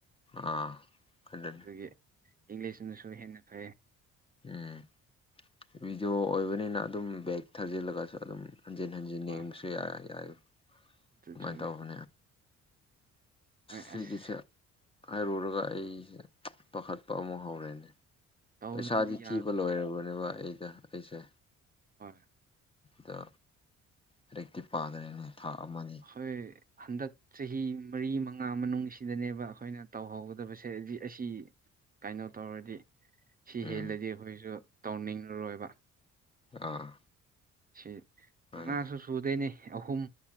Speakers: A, on the left; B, on the right.
A: ꯑꯥ ꯑꯗꯨꯅꯤ
B: ꯑꯗꯨꯒꯤ ꯏꯪꯂꯤꯁꯅꯁꯨ ꯍꯦꯟꯅ ꯐꯩꯌꯦ
A: ꯎꯝ ꯕꯤꯗ꯭ꯌꯣ ꯑꯣꯏꯕꯅꯤꯅ ꯑꯗꯨꯝ ꯕꯦꯛ ꯊꯥꯖꯤꯜꯂꯒꯁꯨ ꯑꯗꯨꯝ ꯍꯟꯖꯤꯟ ꯍꯟꯖꯤꯟ
B: ꯍꯣꯏ
A: ꯌꯦꯡꯕꯁꯨ
B: ꯍꯣꯏ
A: ꯌꯥꯏ ꯌꯥꯏ
B: ꯑꯗꯨ
A: ꯀꯃꯥꯏ
B: ꯆꯨꯝꯃꯦ
A: ꯇꯧꯕꯅꯦ
B: ꯍꯣꯏ
A: ꯁꯤꯒꯤꯁꯦ
B: ꯑꯁ
A: ꯍꯥꯏꯔꯨꯔꯒ ꯑꯩꯁꯦ ꯄꯥꯈꯠꯄ ꯑꯃꯨꯛ ꯍꯧꯔꯦꯅꯦ
B: ꯇꯧꯗ꯭ꯔꯗꯤ
A: ꯄꯩꯁꯥꯗꯤ
B: ꯌꯥꯗꯕꯅꯦ
A: ꯊꯤꯕ ꯂꯣꯏꯔꯕꯅꯦꯕ ꯑꯩꯗ ꯑꯩꯁꯦ
B: ꯍꯣꯏ
A: ꯗꯣ ꯂꯥꯢꯔꯤꯛꯇꯤ ꯄꯥꯗꯔꯦꯅꯦ ꯊꯥ ꯑꯃꯅꯤ
B: ꯑꯩꯈꯣꯏ ꯍꯟꯗꯛ ꯆꯍꯤ ꯃꯔꯤ ꯃ ꯉꯥꯥ ꯃꯅꯨꯡꯁꯤꯗꯅꯦꯕ ꯑꯈꯣꯏꯅ ꯇꯧꯍꯧꯒꯗꯕꯁꯦ ꯑꯁꯤ ꯀꯩꯅꯣ ꯇꯧꯔꯗꯤ ꯁꯤ
A: ꯎꯝ
B: ꯍꯦꯜꯂꯗꯤ ꯑꯈꯣꯏꯁꯨ ꯇꯧꯅꯤꯡꯑꯥꯔꯣꯏꯕ
A: ꯑꯥ
B: ꯁꯤ
A: ꯍꯣꯏ
B: ꯃꯉꯥꯁꯨ ꯁꯨꯗꯣꯏꯅꯦ ꯑꯍꯨꯝ